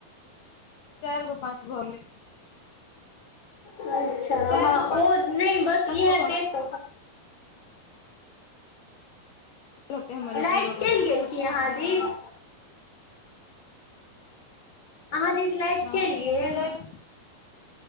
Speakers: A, on the left; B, on the left.
A: चार गो पाँच बॉल <unintelligible>
B: अच्छा
A: चारि
B: हँ
A: गो
B: ओ नहि बस
A: पाँच
B: इएह
A: गो भऽ
B: देत
A: गेल होतै हमर ई
B: लाइट
A: जीरो
B: चलि
A: वाला
B: गेल की अहाँ दिश अहाँ दिस लाइट
A: हँ
B: चलि गेल
A: तऽ जाय दू